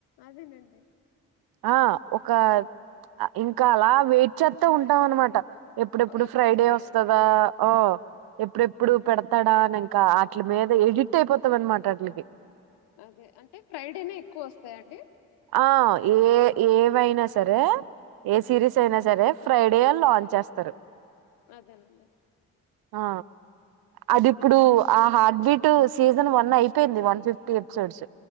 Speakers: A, on the left; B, on the right.
A: అదేనండి
B: ఆ ఒక అ ఇ ఇకా అలా వెయిట్ చేత ఉంటాం అనమాట ఎప్పుడెప్పుడు
A: ఎప్పుడొస్తాయా
B: ఫ్రైడే వస్తదా
A: అని
B: ఓ ఎప్పుడెప్పుడు పెడతాడా
A: అదే
B: అని ఇంకా ఇట్ల మీద ఎడిట్ అయిపోతాం అనమాట అట్లకి
A: అదే అంటే ఫ్రైడేనే ఎక్కువ వస్తాయండి
B: ఆ ఏ ఏవైనా సరే ఏ
A: ఉమ్
B: సిరీస్ అయినా సరే ఫ్రైడే లాంచ్ చేస్ సరు
A: అదేనండి
B: ఆ అది ఇప్పుడు ఆ హార్ట్ బీట్ సీజన్ వన్ అయిపోయింది వన్ ఫిఫ్టీ ఎపిసోడ్స్